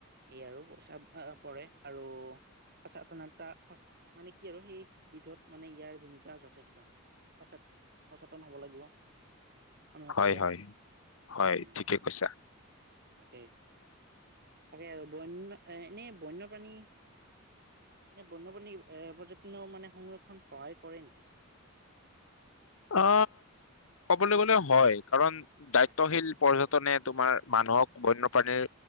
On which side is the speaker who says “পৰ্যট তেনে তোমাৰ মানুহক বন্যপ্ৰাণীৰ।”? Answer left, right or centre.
Left